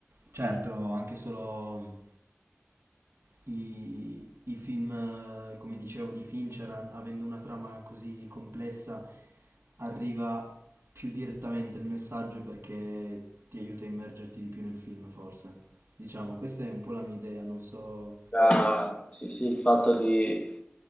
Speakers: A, on the right (about 65°); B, on the left (about 25°).
A: Certo, anche solo i, i film, eh, come dicevo, di Fincher, a- avendo una trama così complessa, arriva più direttamente il messaggio perché ti aiuta a immergerti di più nel film, forse. Diciamo, questa è un po' la mia idea, non so...
B: Ah, sì, sì, il fatto di